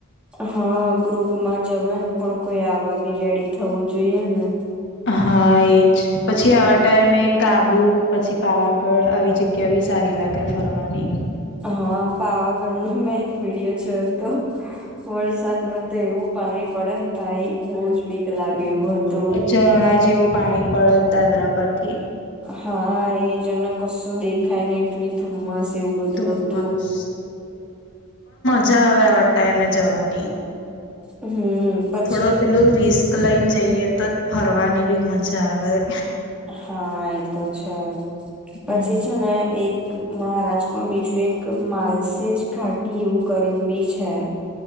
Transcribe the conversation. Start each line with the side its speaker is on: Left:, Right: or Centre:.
Centre: હા, ગ્રુપમાં જવાયને પણ કોઈ આવા બી રેડી થવું જોઈએ ને.
Left: હા, એજ પછી આવા ટાઈમે કાબુ પછી, પાવાગઢ આવી જગ્યા. કે બી સારી લાગે ફરવાની.
Centre: હા, પાવાગઢનો મેં એક વિડિયો જોયો હતો, વરસાદમાં તો એવું. પાણી પડેને ભાઈ બોજ બીક. લાગે એવું હતું.
Left: ઝરણા જેવું પાણી પડે દાદરા પરથી.
Centre: હા, એજ અને કશું દેખાયની. <unintelligible> ધુમ્મસ એવું બધું
Left: ધુમ્મસ
Centre: હતું.
Left: જ અવે આવાજ ટાઈમે જવાની.
Centre: હમ્મ, પછી.
Left: થોડો પેલું રિસ્ક લઈન જઈએ તો જ ફરવાની બી મજા આવે.
Centre: હા, એતો છે, પછી
Left: હમ
Centre: છે ને એક. મહારાષ્ટ્રમાં બીજું એક માલસેજ ઘાટી એવું કરીને બી છે.